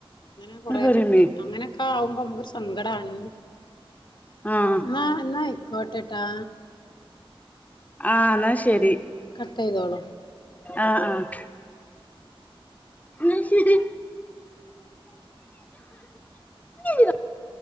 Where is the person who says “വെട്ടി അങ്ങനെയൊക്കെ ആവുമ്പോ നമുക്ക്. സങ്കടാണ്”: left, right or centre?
Left